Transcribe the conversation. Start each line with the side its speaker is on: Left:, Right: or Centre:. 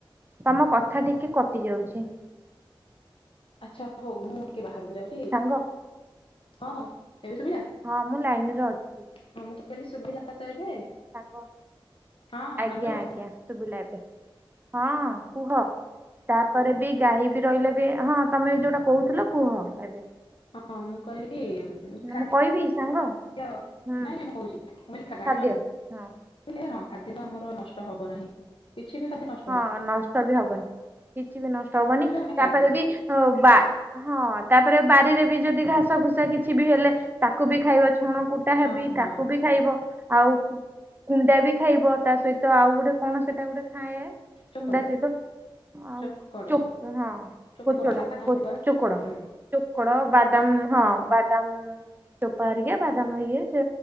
Right: ତମ କଥା ଟିକେ କଟି ଯାଉଚି।
Left: ଆଚ୍ଛା ହଉ ମୁଁ ଟିକେ ବାହାରକୁ ଯାଉଚି।
Right: ସାଙ୍ଗ
Left: ହଁଁ ଏବେ ଶୁଭିଲା।
Right: ହଁ ମୁଁ ଲାଇନ ରେ ଅଛି।
Left: ହଁ ମୁଁ କଇଲି ସୁବିଲା ତ ଏବେ?
Right: ସାଙ୍ଗ।
Left: ହଁ
Right: ଆଜ୍ଞା
Left: ହ୍ୟାଲୋ
Right: ଆଜ୍ଞା ଶୁବିଲା ଏବେ ହଁ କୁହ। ତାପରେ ବି ଗାଈ ବି ରହିଲେ ବି ହଁ ତମେ ଯୋଉଟା କହୁଥିଲ କୁହ ଏବେ।
Left: ହଁ ମୁଁ କଇଲି ଖାଦ୍ୟ
Right: ମୁଁ କହିବି ସାଙ୍ଗ
Left: ନାଇଁ
Right: ହୁଁ
Left: ନାଇଁ ମୁଁ କହୁଛି ମୁଁ କହିଲି ଗାଇ
Right: ଖାଦ୍ୟ
Left: ରହିଲେ
Right: ହଁ।
Left: ଲେ ହଁ ଖାଦ୍ୟ ତ ଆମର ନଷ୍ଟ ହବ ନାହିଁ। କିଛି ବି ଖାଦ୍ୟ ନ
Right: ହଁ ନଷ୍ଟବି ହବନି କିଛିବି ନଷ୍ଟ ହବନି
Left: କଲେ ଆମେ ଗାଈକି
Right: ତାପରେ
Left: ଦେଇଦବା
Right: ବି ହଉ ବା ହଁ ତାପରେ ବାରିରେ ବି ଯଦି ଘାସ ଫୁସା କିଛି ବି ହେଲେ ତାକୁ ବି ଖାଇବ ଛୁଣ କୁଟା ହେବି
Left: ହଁ ହଁ
Right: ତାକୁ ବି ଖାଇବ, ଆଉ କୁଣ୍ଡା ବି ଖାଇବ, ତା ସହିତ ଆଉ ଗୋଟେ କଣ ସେଟା ଗୋଟେ ଖାଏ
Left: ଚୋକଡ଼
Right: କୁଣ୍ଡା ସହିତ ଆଉ
Left: ଚୋକଡ଼
Right: ଚୋ ହଁ
Left: ଚୋକଡ଼
Right: କୋଚଡ଼
Left: ବାଦାମ
Right: କୋ
Left: ପରୁଆ
Right: ଚୋକଡ।
Left: ହୁଁ
Right: ଚୋକଡ଼, ବାଦାମ ହଁ ବାଦାମ ଚୋପା ଆରିକା ବାଦାମ ଇଏ ସେ